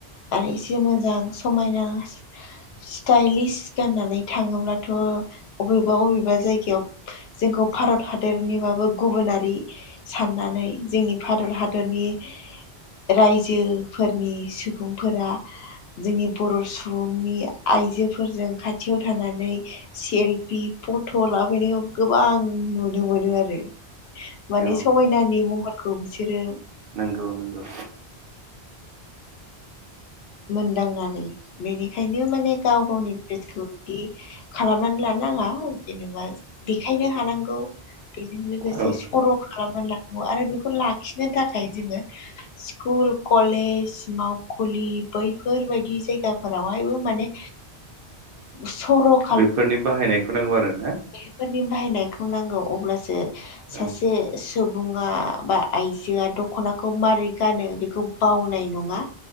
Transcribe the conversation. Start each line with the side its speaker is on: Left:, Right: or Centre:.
Left: आरो एसे मोजां समायना स्टाइलिस गाननानै थाङोब्लाथ' अबेबा अबेबा जायगायाव जोंखौ भारत हादरनिबाबो गुबुनारि साननानै जोंनि भारत हादरनि रायजोफोरनि सुबुंफोरा जोंनि बर' सुबुंनि आइजोफोरजों खाथियाव थानानै सेलफि फट' लाबनायखौ गोबां नुनो मोनो आरो। माने
Right: औ
Left: समायनानि महरखौ बिसोरो
Right: नंगौ नंगौ।
Left: मोनदांनानै बेनिखायनो माने गाव गावनि नोजोरखौ बिदि खालामनानै लानो नाङा जेनेबा देखायनो हानांगौ बेजों लोगोसे
Right: औ
Left: सर' खालामना लानांगौ आरो बेखौ लाखिनो थाखाय जोङो स्कुल कलेज मा बैफोरबायायदि जायगाफोरावहायबो माने सरक
Right: बेफोरनि बाहायनायखौ नांगौ आरो ना।
Left: फोरनि बाहायनायखौ नांगौ अब्लासो सासे
Right: औ
Left: सुबुङा बा आइजोआ दख'नाखौ माबारै गानो बेखौ बावनाय नङा।